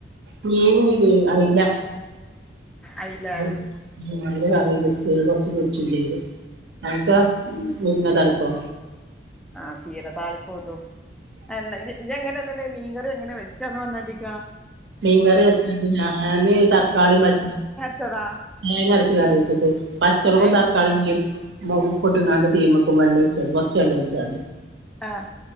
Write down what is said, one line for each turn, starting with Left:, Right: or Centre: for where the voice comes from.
Right: മീന്ല്ലേ അയ്ല.
Centre: അയിലെ
Right: ഐ ഉംഅയ്ല കറിം വെച്ച് കൊർച്ച് പൊര്ച്ചും ചെയ്ത്, അൻക്കൊ മുരിങ്ങാതാളിപ്പോ?
Centre: ആഹ് ചീര താളിപ്പൂംതും അല്ല ഇജ്ഇജജ്ങ്ങനെ ഇത് മീൻകറിങ്ങനെ വെച്ച്ന്ന് പർഞ്ഞാട്ടിക്കാ
Right: മീൻ വറി വെച്ചത് ഞാന് തക്കാളി മ
Centre: ശെടാ.
Right: തേങ്ങ അരച്ച് കറിവെച്ചിട്ടേര്ന്, പച്ചൊളകും
Centre: ഏഹ്
Right: തക്കാളിം ഏ മുംപ്പ്ട്ട്കാണ്ട് തീമക്കും വെള്ളൊഴ്ച്ചാണ്ട് കൊർച്ച് വെള്ളൊഴ്ച്ചാണ്ട്.
Centre: ആഹ്.